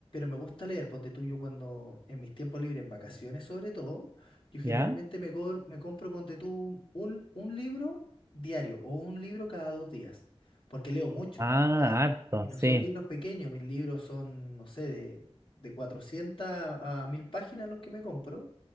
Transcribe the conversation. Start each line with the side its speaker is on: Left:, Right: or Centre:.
Left: me gusta leer, ponte tú yo cuando, en mis tiempos libres, en vacaciones sobre todo, yo generalmente
Right: ya.
Left: me, cor- me compro, ponte tú, un, un libro diario o un libro cada dos días, porque leo mucho.
Right: Ah,
Left: O sea,
Right: harto,
Left: y no
Right: sí.
Left: son libros pequeños, mis libros son, no sé, de, de 400 a 1000 páginas los que me compro